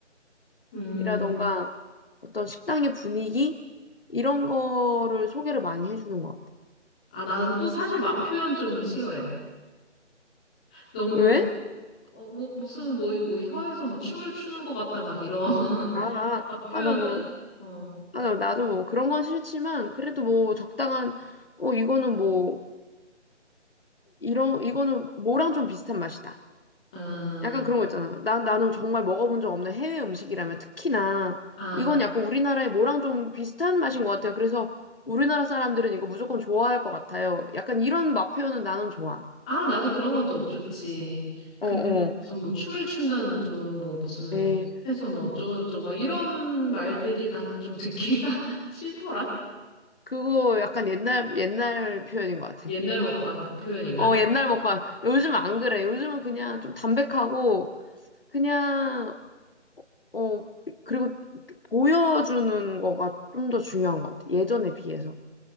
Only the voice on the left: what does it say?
표현이라던가 어떤 식당의 분위기 이런 거를 소개를 많이 해주는 것 같아.
왜?
아, 아,
아, 나 뭐,
아, 나- 나도 뭐 그런 건 싫지만 그래도 뭐 적당한 어 이거는 뭐 이런 이거는 뭐랑 좀 비슷한 맛이다.
약간 그런 거 있잖아. 난, 나는 정말 먹어본 적 없는 해외 음식이라면 특히나
이건
약간 응. 우리나라의 뭐랑 좀 비슷한 맛인 것 같아요. 그래서 우리나라 사람들은 이거 무조건 좋아할 것 같아요. 약간 이런 맛 표현은 나는 좋아.
어, 어.
예,
그거 약간 옛날, 옛날 표현인 것 같아.
어, 옛날 먹방. 요즘 안 그래. 요즘은 그냥 좀 담백하고, 그냥, 어, 그리고 보여주는 거가 좀 더 중요한 것 같아. 예전에 비해서.